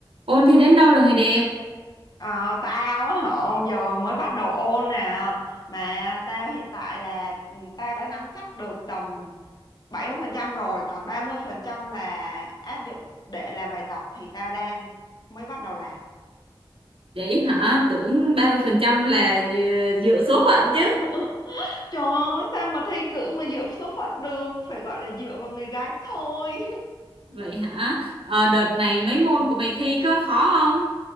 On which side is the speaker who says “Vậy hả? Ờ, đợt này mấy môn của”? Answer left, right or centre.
Right